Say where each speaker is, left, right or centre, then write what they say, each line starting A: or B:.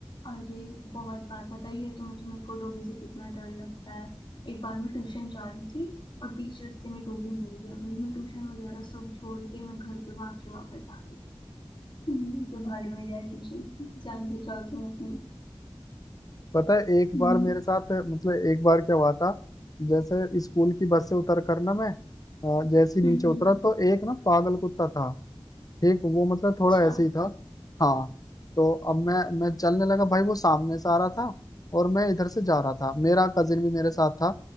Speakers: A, on the left; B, on the left.
A: अरे बहुत बार बताइए है तो मुझे मेरे को डोगी से कितना डर लगता है एक बार मैं ट्यूशन जा रही थी और बीच रास्ते में डोगी मिल गया भाई मैं ट्यूशन वगैरह सब छोड़ के मैं घर पे भाग के वापस आ गई हम्म, जब भाड़े में जाए ट्यूशन जान बचाओ तुम अपनी
B: पता है एक
A: हम्म
B: बार मेरे साथ मतलब एक बार क्या हुआ था जैसे स्कूल की बस से उतर कर ना मैं अ, जैसे ही
A: हम्म
B: नीचे उतरा
A: हम्म,
B: तो एक ना पागल कुत्ता था ठीक वो मतलब
A: अच्छा
B: थोड़ा ऐसे ही था हाँ तो अब मैं मैं चलने लगा भाई वो सामने से आ रहा था और मैं इधर से जा रहा था मेरा कजिन भी मेरे साथ था